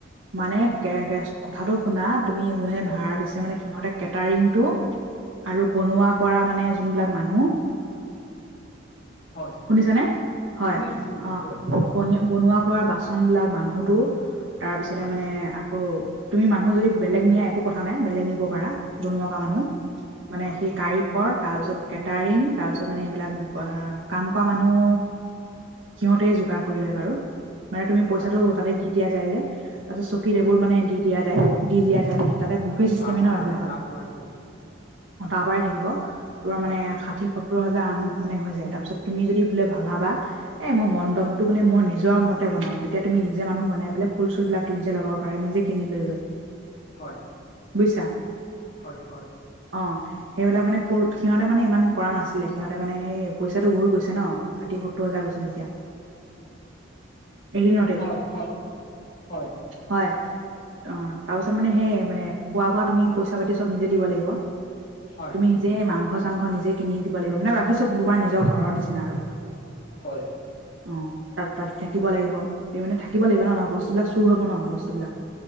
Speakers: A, on the right; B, on the left.
A: মানে কে-কেচ কথাটো শুনা, তুমি যোনে
B: হয়,
A: ভভড় দিছে মানে সিহঁতে কেটাৰিং টো
B: হয়,
A: আৰু বনোৱা কৰা মানে যোনবিলাক মানুহ
B: হয়,
A: শুনিছে নে? হয়,
B: শুনিছো শুনিছো
A: অ'
B: কৈ থাকা
A: বন বনোৱা কৰা বাচন বিলাক মানুহতো তাৰপিছতে
B: হয়,
A: মানে আকো তুমি মানুহ যদি বেলেগ নিয়া একো কথা নাই বেলেগ নিব পাৰা। বনোৱা কৰা মানুহ,
B: হয়,
A: মানে
B: হয়,
A: সেই কাৰ তাৰপিছত কেটাৰিং তাৰ পিছত মানে এইবিলাক কাম কৰা মানুহ সিহঁতে যোগাৰ কৰি লয় বাৰু মানে তুমি পইচাটো
B: হয়,
A: তাতে দি দিয়া যায় যে। তাৰপাছত চকী
B: হয়,
A: টেবুল মানে দি দিয়া যায়, দি দিয়া যায় মানে তাতে বুফে চিষ্টেমে
B: তাৰ পৰা
A: ন এইবিলাকত।
B: তাৰ পৰাই থাকিব
A: অ' তাৰ পৰাই থাকিব তোৰ
B: হয়,
A: মানে ষাঠি সত সত্তৰ হাজাৰ আন মানে হৈ যায় তাৰপিছত তুমি যদি বোলে ভাবা এ মই মণ্ডপটো মানে মই নিজৰ মতে বনাওঁ তেতিয়া তুমি নিজে মানুহ বনাই পেলাই ফুল চুলবিলাক ত নিজে লগাব পাৰা, নিজে কিনি লৈ গৈ।
B: হয়।
A: বুইছা?
B: হয় হয়
A: অ', সেইবিলাক মানে ফুৰ সিহঁতে মানে ইমান কৰা নাছিলে সিহঁতে মানে সেই পইচাটো বহুত গৈছে ন? ষাঠি সত্তৰ হাজাৰ গৈছে যেতিয়া। এদিনতে
B: হয়, হয়, হয়।
A: হয়। অ' তাৰপিছত মানে সেই মানে খোৱা বোৱা তুমি পইচা পাতি চ'ব নিজে দিব লাগিব।
B: হয়
A: নিজেই মাংস চাংস নিজে কিনি দিব লাগিব মানে বাকি চব তোমাৰ নিজৰ ঘৰৰ নিচিনা আৰু।
B: হয়।
A: অ', তাত ৰাতি থাকিব লাগিব, তুমি মানে থাকিব লাগিব ন অ', বস্তু এই বিলাক চুৰ হ'ব ন, বস্তুবিলাক?